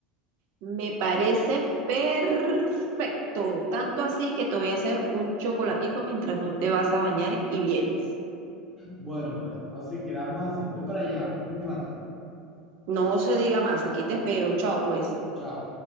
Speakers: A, on the right; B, in the centre.
A: Me parece perfecto. Tanto así que te voy a hacer un chocolatico mientras tú te vas a bañar y vienes.
B: Bueno, pues entonces quedamos así. Voy para allá en un rato.
A: No se diga más. Aquí te espero. Chao, pues.
B: Chao.